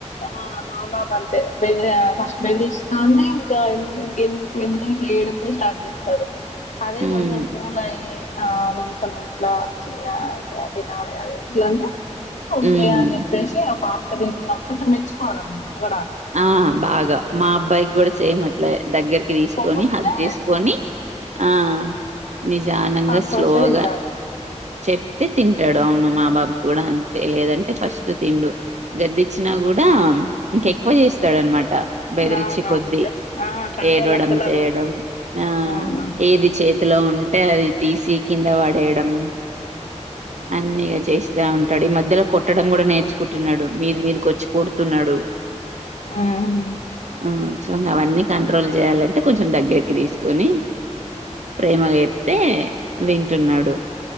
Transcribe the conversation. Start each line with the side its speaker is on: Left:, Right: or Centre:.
Left: ఆ మాబాబు అలాగే బాద్య ఫస్ట్ బెదిరిస్తాంటే ఇం ఇంకా ఎందుకు ఎందుకని ఇట్లా ఏడుపే స్టార్ట్ చేస్తాడు అదే
Right: ఉమ్
Left: కొంచెం కూల్ అయి ఆ కొంచెం ఇట్లా చిన్న అయితే తినాల ఇట్లా అంటే ఓకే
Right: ఉమ్
Left: అని చెప్పేసి ఫాస్ట్గా తింటున్నడు కొంచెం మెచ్చుకోవలమ్మట
Right: ఆ బాగా మా అబ్బాయికి కూడా సేమ్ అట్లా దగ్గరికి తీసుకొని
Left: పొగుడితే
Right: హాగ్ చేసుకొని ఆ నిదానంగా
Left: ఫాస్ట్
Right: స్లోగా
Left: ఫాస్ట్ గా తింటాండు
Right: చెప్తే తింటాడు అవును మా బాబు కూడా అం తేలిదంటే ఫస్ట్ తిండు గదిచ్చినా కూడా ఇంకా ఎ ఎక్కువ చేస్తాడనమాట బెదిరించేకొది
Left: అవునవును ఇంకా ఆ కంట్రోల్
Right: ఏడవడం
Left: అస్సలు
Right: చేయడం
Left: అవ్వడు
Right: ఆ
Left: అవునవును
Right: ఏది చే ఇంట్లో ఉంటే అది తీసి కింద పడేయడం అన్ని ఇగ చేస్త స్తా ఉంటాడు ఈ మధ్యలో కొట్టడం కూడా నేర్చుకుంటున్నాడు మీది మీదకి వచ్చి కొడుతున్నాడు
Left: ఆహాం
Right: ఆ సో అవన్నీ కంట్రోల్ చేయాలంటే కొంచెం దగ్గరికి తీసుకుని ప్రేమగా చెప్తే వింటున్నాడు